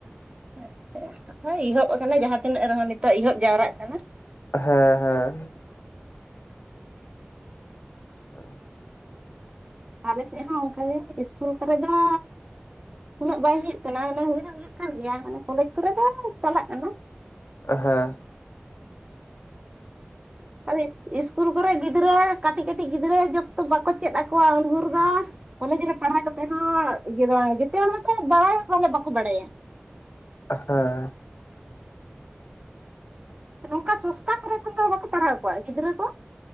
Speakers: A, on the right; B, on the left.
A: <unintelligible> ᱤᱦᱚᱵ ᱟᱠᱟᱱᱟ, ᱡᱟᱦᱟᱸ ᱛᱤᱱᱟᱹᱜ ᱨᱮᱦᱚᱸ ᱱᱤᱛᱚᱜ ᱮᱦᱚᱵ ᱡᱟᱣᱨᱟᱜ ᱠᱟᱱᱟ᱾
B: ᱦᱮᱸ ᱦᱮᱸ <unintelligible>
A: ᱟᱞᱮᱥᱮᱫ ᱦᱚᱸ ᱚᱱᱠᱟ ᱜᱮ ᱤᱥᱠᱩᱞ ᱠᱚᱨᱮ ᱫᱚ ᱩᱱᱟᱹᱜ ᱵᱟᱭ ᱦᱩᱭᱩᱜ ᱠᱟᱱᱟ᱾ ᱢᱟᱱᱮ ᱦᱩᱭ ᱫᱚ ᱦᱩᱭᱩᱜ ᱠᱟᱱ ᱜᱮᱭᱟ᱾ ᱢᱟᱱᱮ ᱠᱚᱞᱮᱡᱽ ᱠᱚᱨᱮ ᱫᱚ ᱪᱟᱞᱟᱜ ᱠᱟᱱᱟ᱾
B: ᱦᱮᱸ
A: ᱟᱫᱚ ᱤᱥᱠᱩᱞ ᱠᱚᱨᱮ ᱜᱤᱫᱽᱨᱟᱹ ᱠᱟᱹᱴᱤᱡ ᱠᱟᱹᱴᱤᱡ ᱜᱤᱫᱽᱨᱟᱹ ᱡᱚᱵ ᱛᱚᱠ ᱵᱟᱠᱚ ᱪᱮᱫ ᱟᱠᱚᱣᱟ ᱩᱱ ᱵᱷᱩᱨ ᱫᱚ ᱠᱚᱞᱮᱡᱽ ᱨᱮ ᱯᱟᱲᱦᱟᱣ ᱠᱟᱛᱮᱫ ᱦᱚᱸ ᱤᱭᱟᱹ ᱫᱚ ᱵᱟᱝ᱾ ᱡᱤᱛᱮ ᱦᱚᱲ ᱢᱟᱛᱚ ᱵᱟᱲᱟᱭ ᱦᱚᱸ ᱵᱟᱠᱚ ᱵᱟᱲᱟᱭᱟ᱾
B: ᱦᱮᱸ᱾
A: ᱱᱩᱝᱠᱟ ᱥᱩᱥᱛᱟ ᱠᱚᱨᱮ ᱠᱷᱚᱱ ᱫᱚ ᱵᱟᱠᱚ ᱯᱟᱲᱦᱟᱣ ᱠᱚᱣᱟ ᱜᱤᱫᱽᱨᱟᱹ ᱠᱚ?